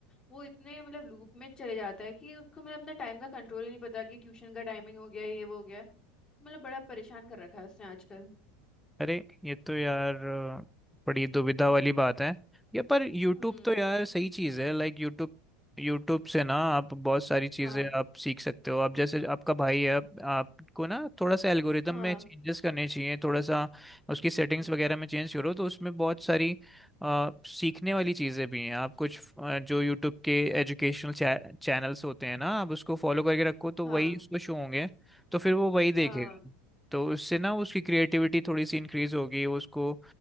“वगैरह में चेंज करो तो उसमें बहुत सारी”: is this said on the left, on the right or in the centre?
Centre